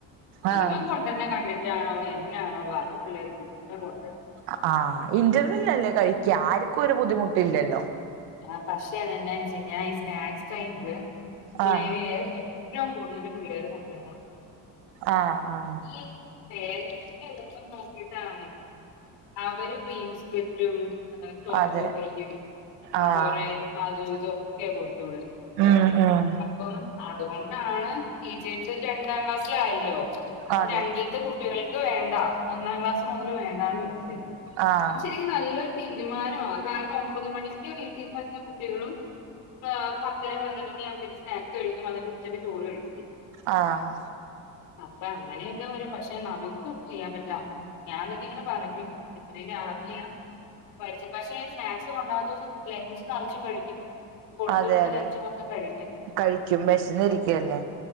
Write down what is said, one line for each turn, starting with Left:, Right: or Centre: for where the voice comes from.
Right: ആഹ്
Left: ഇവം കൊ ണ്ടെര്നെ കണ്ടിട്ടാണോ എന്നാണോ ബാക്കി പിള്ളേരും മൊത്തം കൊണ്ടര്
Right: അഹ് ആഹ് ഇന്റർവെല്ലല്ലേ കഴിക്ക്യ ആര്ക്കും ഒരു ബുദ്ധിമുട്ടില്ലല്ലോ
Left: ആഹ് പക്ഷെതെന്നാൻച്ചയ്ഞ്ഞ ഈ സ്നാക്സ് ടൈമില്
Right: ആഹ്
Left: ഏഴ് എ ഏറ്റവും കൂടുതൽ പിള്ളേർ മുതിർന്നവര
Right: ആഹ് ആഹ്
Left: ഈഹ് കേരളത്തി എളുപ്പം നോക്കിട്ടാണ് അവര് സ്ക്രീൻസ്ക്രിപ്റ്റും ടോപ്പ്
Right: അതെ
Left: ഒക്കെയ്ലിടും ഞാ
Right: ആഹ്
Left: കൊറെ അതും ഇതൊക്കെയ കൊടുത്തുവിടല്
Right: ആഹ് അഹ്
Left: അപ്പം അതുകൊണ്ടാണ് ടീച്ചേഴ്സ് രണ്ടാം ക്ലാസ്സിലായല്ലോ
Right: അതെ
Left: രണ്ടിൽത്തെ കുട്ടികൾക്ക് വേണ്ട ഒന്നാം ക്ലാസ് മുതല് വേണ്ടാന്ന് വെപ്പിച്ചേക്ക്ണ്
Right: ആഹ്
Left: അത് ശെരി ക്കും നല്ലൊരു തീരുമാനമാ കാരണം ഒമ്പത് മണിക്ക് വീട്ടീന്ന് വരുന്ന കുട്ടികളും ആഹ് പത്തര പതിനൊന്ന്മണി ആകുമ്പത്തേന് സ്നാക്സ് കഴിക്കും അന്നിട്ട് ഉച്ചയ്ക്ക് ചോറ് കഴിക്കും
Right: ആഹ്
Left: അപ്പൊ അങ്ങനെയൊക്കെ വരും പക്ഷെ നമുക്കൊന്നും ചെയ്യാൻ പറ്റില്ല ഞാനെന്നിട്ട്ങ്ങനെ പറഞ്ഞു ഇത്രയും രാവിലെയാ <unintelligible> പക്ഷെ സ്നാക്സ് കൊണ്ടോവാത്ത കൊണ്ട് ലഞ്ച് നെറച്ചും കഴി ക്കും കൊടുത്തു
Right: അതെ
Left: വിടുന്ന
Right: അതെ
Left: ലെഞ്ച് മൊത്തം കഴിക്കും
Right: കഴിക്കും വിശന്നിരിക്കല്ലേ